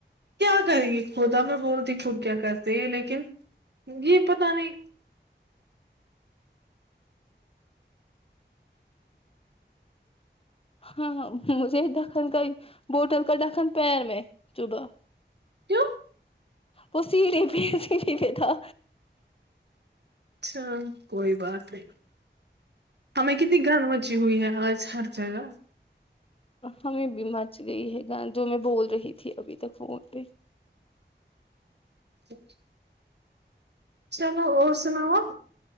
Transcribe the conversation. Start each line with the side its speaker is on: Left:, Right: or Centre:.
Right: کیا کری گ خدا میں بولتی خود کیا کرتی ہے لیکن یہ پت نہیں
Left: ہاں مجھے دکن کا بوٹل کا دکن پیر میں صبح
Right: کی
Left: وہ سیھے پہ سیڑھی پہ تھا
Right: اچھا کوئی بات نہیں ہمیں کتنی گھر ن ہو پنچی ہوئی ہے آج ہر جگہ
Left: ہمیں بھی مچ گئی ہے گ جو میں بول رہی تھی ابھی تک فون پہ
Right: ا چلو اور سناؤ